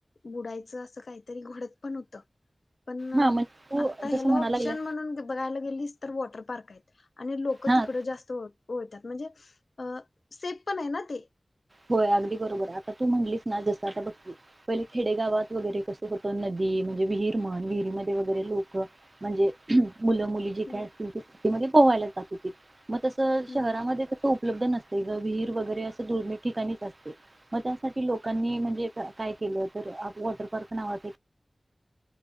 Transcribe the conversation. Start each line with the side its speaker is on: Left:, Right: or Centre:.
Left: बुडायचं असं काहीतरी घडत पण होत. पण
Right: हा म्हणजे तू
Left: आता ह्याला
Right: जसं म्हणा
Left: ऑप्शन
Right: लागलं
Left: म्हणून बघायला गेलीस, तर वॉटर पार्क आहेत. आणि लोकं
Right: हा
Left: तिकड जास्त होत. ओळत्यात म्हणजे अ सेप पण हाय ना ते
Right: होय अगदी बरोबर आता तू म्हणलीस ना जसं आता बघ की पहिले खेडेगावात वगैरे कसं होतं नदी म्हणजे विहीर म्हण विहिरीमध्ये वगैरे लोक म्हणजे मुलं मुली जे
Left: हम्म
Right: काय असतील ती म्हणजे पोवायला जात होती म तशी तस
Left: हम्म
Right: शहरामध्ये तस उपलब्ध नसत. ते ग विहीर वगैरे अस दुर्मिळ ठिकाणीच असते मग त्यासाठी लोकांनी म्हणजे काय केल तर अ वॉटर पार्क नावाच एक